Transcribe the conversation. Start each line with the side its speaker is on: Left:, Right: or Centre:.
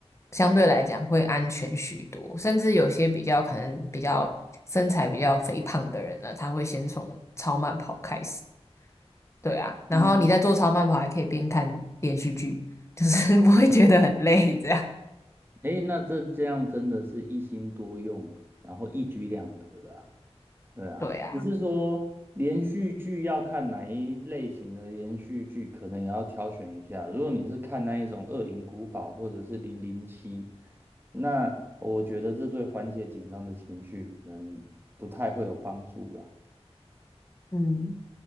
Left: 相对来讲会安全许多。甚至有些比较可能比较身材比较肥胖的人呢，他会先从超慢跑开始，对啊，然后你在做超慢跑还可以边看连续剧，
Right: 嗯，
Left: 就是 <laughs> 不会觉得很累，这样，
Right: 诶，那这这样真的是一心多用，然后一举两得啊。对啊，
Left: 对啊，
Right: 只是说连续剧要看哪一类型的连续剧，可能也要挑选一下。如果你是看那一种《恶灵古堡》或者是《零零七》，那我觉得这对缓解紧张的情绪可能不太会有帮助啦。
Left: 嗯。